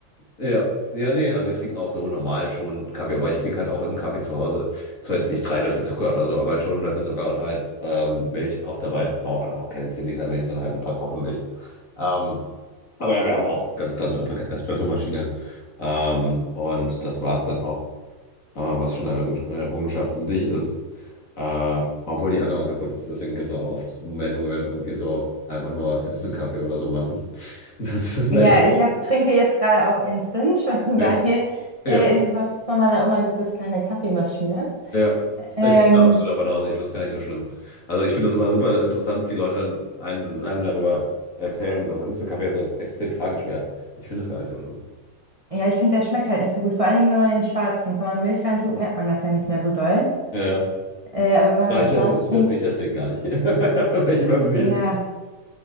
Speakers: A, on the left (about 45°); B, on the right (about 20°).
A: Ja, ja, nee, also wir trinken auch so normal schon Kaffee, aber ich trinke halt auch im Kaffee zu Hause. Zwar jetzt nicht drei Löffel Zucker oder so, aber halt schon einen Löffel Zucker und halt ähm, Milch auch dabei. Auch, auch keine 10 Liter Milch, sondern halt ein paar Tropfen Milch. Ähm, aber ja, wir haben auch ganz klassisch einfach Espressomaschine. Ähm, und das war es dann auch, äh, was schon eine Errung- Errungenschaft in sich ist. Äh, obwohl die andere kaputt ist, deswegen gibt es auch oft Momente, wo wir irgendwie so einfach nur Instant-Kaffee oder so machen. <laughs> Das ist mir
B: Ja,
A: echt.
B: ich hab, trinke jetzt gerade auch Instant, <laughs> weil
A: Ja. Ja,
B: äh, in dem Haus von meiner Oma gibt es keine Kaffeemaschine.
A: Ja,
B: Ähm,
A: ich bin da absoluter Banause, ich finde das gar nicht so schlimm. Also ich finde das immer super interessant, wie Leute dann einem, einem darüber erzählen, dass Instant Kaffee so extrem tragisch wäre. Ich finde das gar nicht so schlimm.
B: ja, ich finde, der schmeckt halt nicht so gut. Vor allen Dingen, wenn man den schwarz trinkt. Wenn man Milch reintut, merkt man das ja nicht mehr so doll.
A: Ja.
B: Äh, aber wenn man
A: Vielleicht
B: das
A: stört
B: schwarz trinkt,
A: es mich deswegen gar nicht. <laughs> Weil ich immer mit mir
B: ja,